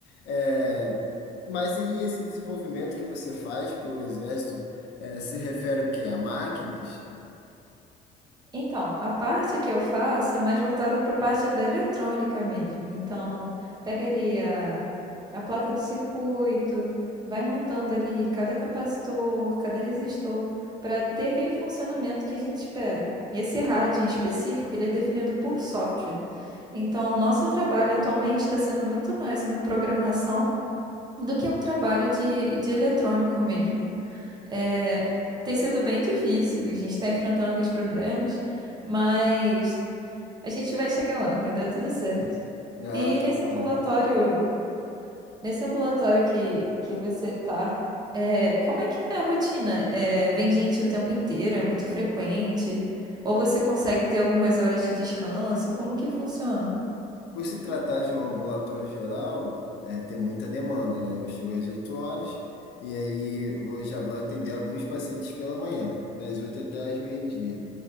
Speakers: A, on the left (about 75°); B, on the right (about 25°).
A: É, mas e esse desenvolvimento que você faz para o exército, é, se refere o quê? A máquinas?
B: Então, a parte que eu faço é mais voltada para a parte da eletrônica mesmo. Então, pega ali a, a placa do circuito, vai montando ali cada capacitor, cada resistor, para ter aquele funcionamento que a gente espera. Esse rádio em específico, ele é definido por software. Então, o nosso trabalho atualmente está sendo muito mais uma programação do que um trabalho de, de eletrônico mesmo. É, tem sido bem difícil, a gente está enfrentando alguns problemas, mas a gente vai chegar lá, vai dar tudo certo.
A: Ah,
B: E
A: tomara.
B: nesse ambulatório, nesse ambulatório que, que você tá, é, como é que é a rotina? É, vem gente o tempo inteiro, é muito frequente? Ou você consegue ter algumas horas de descanso? Como que funciona?
A: Por se tratar de um ambulatório geral, é, tem muita demanda, né? Eu chego às 8 horas e aí vou, já vou atender alguns pacientes pela manhã, das 8 até às meio-dia.